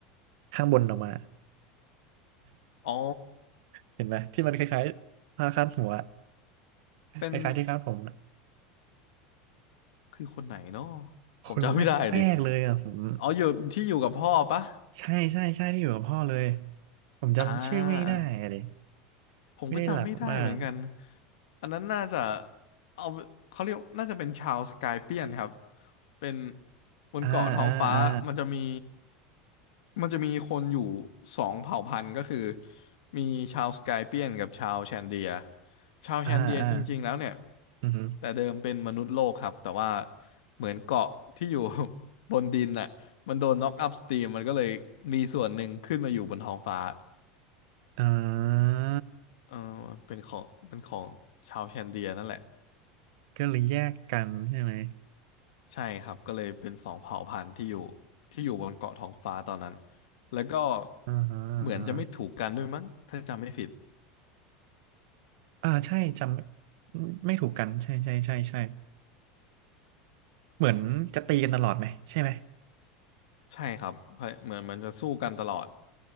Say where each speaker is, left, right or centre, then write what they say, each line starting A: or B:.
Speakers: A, on the right (about 70°); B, on the left (about 85°).
A: ข้างบนออกมา
B: อ๋อ
A: เห็นไหมที่มันคล้ายๆผ้าคาดหัว
B: เป็น
A: คล้ายๆที่คาดผม
B: คือคนไหนเนาะ
A: คนแรกๆเลยอ่ะผม
B: ผมจำไม่ได้ดิอ๋ออยู่ที่อยู่กับพ่อปะ
A: ใช่ใช่ใช่ที่อยู่กับพ่อเลยผมจำชื่อไม่ได้เลย
B: อ่า ผมก็จำไม่ได้เหมือนกัน
A: ไม่ได้หลักมาก
B: อันนั้นน่าจะ เอา เขาเรียกน่าจะเป็นชาวสกายเปียนครับเป็นบนเกาะท้องฟ้ามันจะมี
A: อ่าอ่าอ่า
B: มันจะมีคนอยู่สองเผ่าพันธุ์ก็คือ มีชาวสกายเปียนกับชาวแชนเดียชาวแชนเดียจริงๆแล้วเนี่ย
A: อ่าอ่าอือหือ
B: แต่เดิมเป็นมนุษย์โลกครับ แต่ว่าเหมือนเกาะที่อยู่ <laughs> บนดินน่ะมันโดนน็อกอัพสตรีมมันก็เลยมีส่วนหนึ่งขึ้นมาอยู่บนท้องฟ้า
A: อ่า
B: เออเป็นของเป็นของชาวแคนเดียนั่นแหละ
A: ก็เลยแยกกันใช่ไหม
B: ใช่ครับก็เลยเป็นสองเผ่าพันธุ์ที่อยู่ที่อยู่บนเกาะท้องฟ้าตอนนั้นแล้วก็
A: อ่าฮะอ่าฮะ
B: เหมือนจะไม่ถูกกันด้วยมั้งถ้าจำไม่ผิด
A: อ่าใช่จำไม่ถูกกันใช่ใช่ใช่ใช่เหมือนจะตีกันตลอดไหมใช่ไหม
B: ใช่ครับเพราะเหมือนมันจะสู้กันตลอด